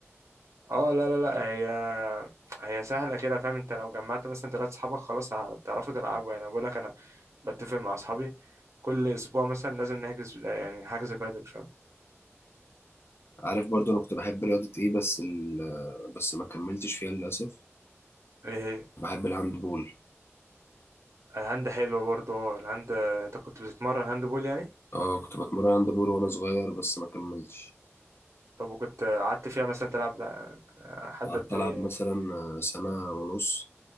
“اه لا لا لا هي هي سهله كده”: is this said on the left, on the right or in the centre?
Right